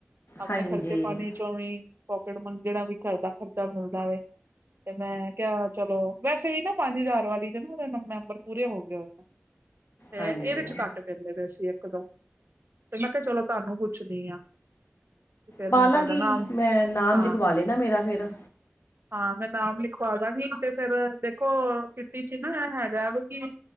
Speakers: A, on the right; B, on the left.
A: ਆਪਣੇ
B: ਹਾਂਜੀ
A: ਖਰਚੇ ਪਾਣੀ ਚੋ ਵੀ ਪੋਕਟ ਮਨੀ ਜਿੜਾ ਵੀ ਘਰ ਦਾ ਖਰਚਾ ਮਿਲਦਾ ਵੈ। ਤੇ ਮੈਂ ਕਿਹਾ ਚਲੋ ਵੈਸੇ ਵੀ ਨਾ ਪੰਜ ਹਜ਼ਾਰ ਵਾਲੀ ਦੇ ਨਾ ਉਹਦੇ ਮੈਂਬਰ ਪੂਰੇ ਹੋ ਗਏ ਹੋ। ਤੇ
B: ਹਾਂਜੀ
A: ਇਹਦੇ ਚ ਕੱਟ ਪੈਂਦੇ ਪਏ ਸੀ ਇੱਕ ਦੋ ਤੇ ਮੈਂ ਕਿਹਾ ਚਲੋ ਤੁਹਾਨੂੰ ਪੁੱਛਣੀ ਆ। ਤੇ ਫੇਰ
B: ਪਾਲਾਂਗੀ
A: ਮੈਂ ਤੁਹਾਡਾ ਨਾਮ
B: ਮੈਂ ਨਾਮ
A: ਹਾਂ
B: ਲਿਖਵਾ ਲੈਣਾ ਮੇਰਾ ਫਿਰ
A: ਹਾਂ ਮੈਂ ਨਾਮ ਲਿਖਵਾ ਦਾਂਗੀ ਤੇ ਫੇਰ ਦੇਖੋ ਕਿਟੀ ਚ ਹੀ ਨਾ ਹੈਗਾ ਕਿ